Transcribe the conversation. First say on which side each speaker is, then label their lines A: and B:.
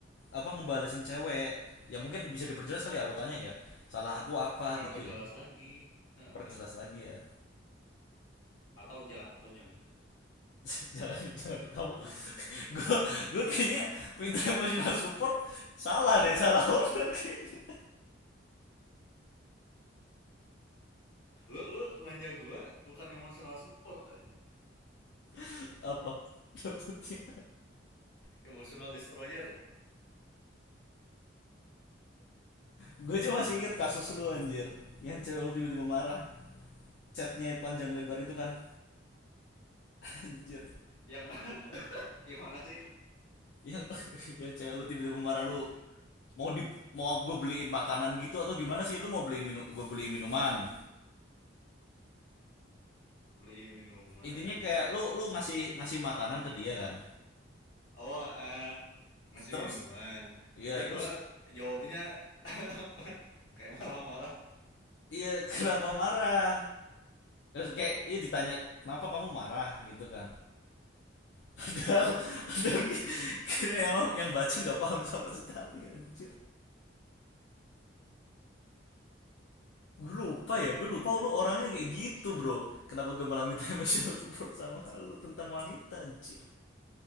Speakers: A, on the left (about 65°); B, on the left (about 85°).
A: apa ngebalesin cewek ya mungkin bisa diperjelas kali ya, aku tanya ya salah aku apa
B: apa
A: gitu
B: jelas
A: ya
B: lagi Heeh.
A: perjelas lagi ya
B: atau jangan atau jangan gitu deh.
A: <laughs> jangan jangan
B: Hmm.
A: di- kamu <laughs> gue gue kayaknya minta emotional support salah deh salah orang kayaknya
B: lu lu nanya gua bukan emotional support aja
A: <laughs> apa dapetnya
B: emotional destroyer
A: gue aja masih inget kasus lu anjir yang cewek lu tiba-tiba marah chatnya panjang lebar itu kan anjir
B: yang <laughs> yang mana sih
A: yang <laughs> yang cewek lu tiba-tiba marah lu mau di mau gue beliin makanan gitu atau gimana sih lu mau beliin minum gue beliin minuman
B: beli minuman
A: intinya kayak lu lu ngasih ngasih makanan ke dia kan
B: oh eh, ngasih
A: terus
B: minuman
A: iya
B: tapi
A: terus
B: gua jawabnya <laughs> kayak marah-marah
A: iya <laughs> kenapa marah kayak ya ditanya kenapa kamu marah gitu kan <laughs> padahal, padahal yang yang baca nggak paham sama sekali anjir gue lupa ya gue
B: emang
A: lupa lu orangnya kayak gitu
B: eh,
A: bro kenapa gue malah minta emotional support sama lu tentang wanita anjir